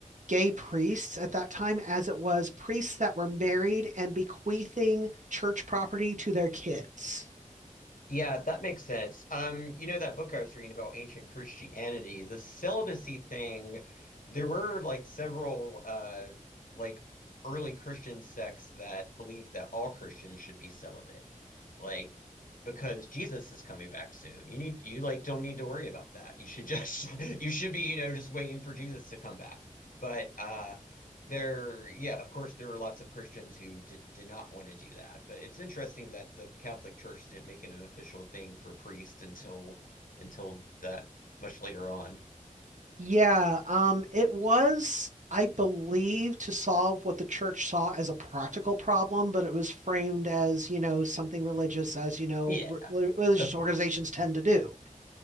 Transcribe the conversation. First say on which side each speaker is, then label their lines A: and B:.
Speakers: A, on the right; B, on the left.
A: gay priests at that time as it was priests that were married and bequeathing church property to their kids.
B: Yeah, that makes sense. Um, you know that book I was reading about ancient Christianity, the celibacy thing, there were like several uh like early Christian sects that believed that all Christians should be celibate. Like because Jesus is coming back soon. You need you like don't need to worry about that. You should just <laughs> you should be, you know, just waiting for Jesus to come back. But uh there, yeah, of course, there are lots of Christians who did, did not want to do that, but it's interesting that the Catholic Church didn't make it an official thing for priests until until that much later on.
A: Yeah, um, it was, I believe, to solve what the church saw as a practical problem, but it was framed as, you know, something religious, as, you know,
B: Yeah,
A: re- religious
B: of course.
A: organizations tend to do.